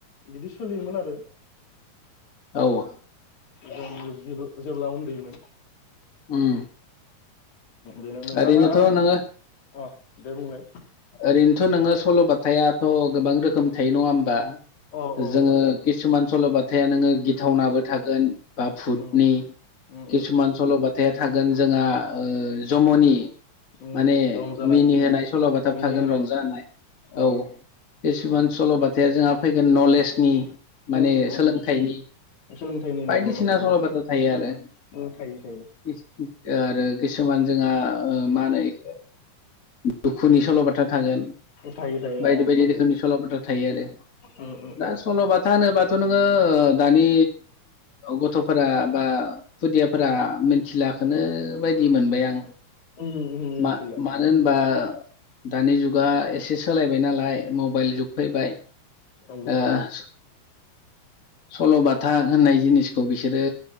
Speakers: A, on the left (about 75°); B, on the left (about 30°).
A: बिदि सोलियोमोन आरो
B: औ
A: जों जेब्ला उन्दैमोन।
B: उम
A: बेनो नोंथाङा
B: ओरैनोथ' नोङो
A: अ दे बुंलाय
B: ओरैनोथ' नोङो सल'बथायाथ' गोबां रोखोमनि थायो नङा होमबा
A: अ औ
B: जोङो
A: नंगौ नंगौ
B: किसुमान सल'बथाया नोङो गिथावनाबो थागोन बा भुटनि
A: उम उम
B: किसुमान सल'बथाया थागोन जोंहा जम'नि
A: उम
B: माने
A: उम रंजानाय
B: मिनि होनाय सल'बाथा
A: मिनिहोनाय
B: थागोन रंजा होनाय
A: अ
B: औ किसुमान
A: उम
B: सल'बथाया जोंहा फैगोन नलेजनि माने
A: उम उम
B: सोलोंथाइनि
A: उम उम सोलोंथाइनि
B: बायदिसिना
A: नंगौ नंगौ
B: सल' बाथा थायो आरो
A: उम थायो थायो
B: आरो किसुमान जोंहा ओ मा होनो इखो दुखुनि सल' बाथ्रा थागोन
A: थायो थायो
B: बायदि
A: अ
B: बायदि
A: नंगौ
B: रोखोमनि सल'बाथा थायो आरो
A: उम उम
B: दा
A: उम
B: सल' बाथा होनो बाथ थ' नोङो ओ दानि गथ'फोरा बा खुदियाफोरा मिथिला गाखोनो बायदि मोनबाय आं
A: उम उम मिनथिला
B: मा-मानो होनबा दानि जुगा एसे सोलायबाय नालाय मबाइल जुग फैबाय।
A: नंगौ
B: ओ
A: नंगौ।
B: सल'बाथा होननाय जिनिसखौ बिसोरो